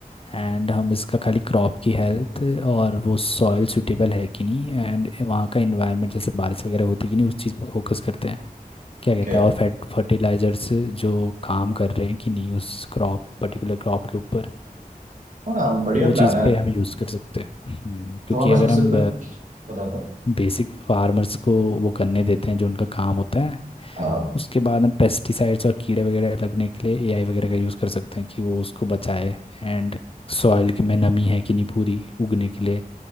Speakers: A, on the left; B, on the right.
A: एंड हम इसका खाली क्रॉप की हेल्थ और वो सॉइल सूटेबल है कि नहीं एंड वहाँ का इन्वायरमेंट जैसे बारिश वगैरह होती है कि नहीं उस चीज़ पर फोकस करते हैं क्या कहते
B: क्या
A: हैं
B: है
A: और फैट फर्टिलाइजर्स जो काम कर रहे हैं कि नहीं उस क्रॉप पर्टिकुलर क्रॉप के ऊपर
B: हाँ बढ़िया
A: वो
B: प्लान
A: चीज़
B: है
A: पे हम यूज़ कर सकते हैं हम्म, क्योंकि
B: तो हमें
A: अगर
B: सबसे
A: हम
B: पहले बताता
A: बेसिक फार्मर्स को वो करने देते हैं जो उनका काम होता है
B: हूँ।
A: उसके बाद हम पेस्टिसाइड्स और कीड़े वगैरह लगने के लिए एआई वगैरह का यूज़ कर सकते हैं कि वो उसको बचाए एंड सॉइल में नमी है कि नहीं पूरी उगने के लिए